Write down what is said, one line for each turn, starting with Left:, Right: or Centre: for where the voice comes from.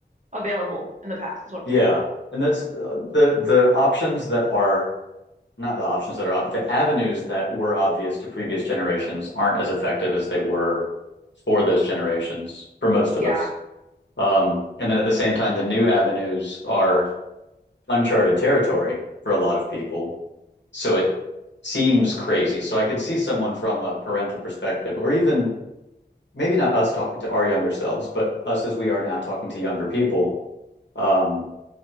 Right: available in the past, is what I'm
Left: Yeah,
Right: saying.
Left: and that's uh, the the options that are not the options that are ob the avenues that were obvious to previous generations aren't as effective as they were for those generations for most of
Right: Yeah,
Left: us. Um, and then at the same time, the new avenues are uncharted territory for a lot of people. So it seems crazy. So I could see someone from a parental perspective, or even maybe not us talking to our younger selves, but us as we are now talking to younger people. Um,